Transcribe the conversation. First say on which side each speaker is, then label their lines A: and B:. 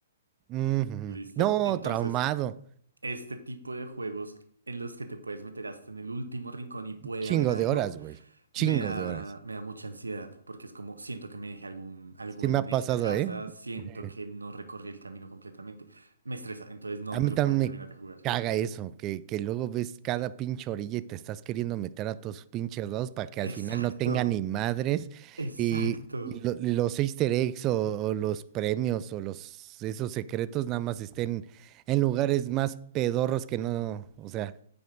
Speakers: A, on the right; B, on the right.
A: ujujú.
B: ¿Listo?
A: No,
B: Entonces,
A: traumado.
B: este tipo de juegos en los que te puedes meter hasta en el último rincón y puede
A: Chingo
B: haber algo.
A: de horas, güey. Chingo
B: Me da,
A: de horas.
B: me da mucha ansiedad porque es como siento que me dejé algún, algo
A: Sí
B: en
A: me ha pasado,
B: esta casa,
A: ¿eh?
B: siento
A: <laughs>
B: que no recorrí el camino completamente. Me estresa, entonces no
A: A
B: me
A: mí
B: lo
A: también
B: pude terminar
A: me
B: de jugar.
A: caga eso, que, que luego ves cada pinche orilla y te estás queriendo meter a todos pinches lados para que al
B: Exacto,
A: final no tenga ni madres
B: exacto.
A: y, y lo- los Easter eggs o, o los premios o los esos secretos nada más estén en lugares más pedorros que no, o sea,